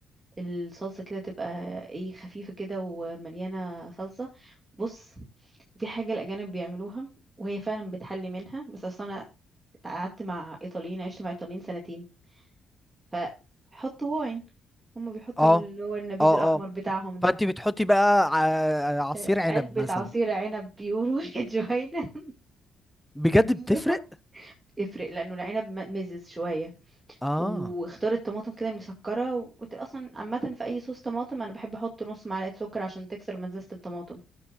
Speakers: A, on the right (about 20°); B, in the centre.
A: الصلصه كده تبقى ايه خفيفه كده ومليانه صلصه بص في حاجه الاجانب بيعملوها وهي فعلا بتحلي منها بس اصلا انا قعدت مع ايطاليين عشت مع ايطاليين سنتين فحطوا واين هم بيحطوا
B: اه
A: اللي هو النبيذ
B: اه
A: الاحمر
B: اه
A: بتاعهم ده
B: فانت بتحطي بقى ع- عصير
A: آه،
B: عنب
A: علبة
B: مثلا
A: عصير عنب بيقولوا <laughs> جوينا <laughs>
B: بجد
A: اديله
B: بتفرق
A: يفرق لانه العنب م- مزز شويه
B: اه
A: واختار الطماطم كده المسكره وانت اصلا عامه في اي صوص طماطم انا بحب احط نص معلقه سكر عشان تكسر مزازه الطماطم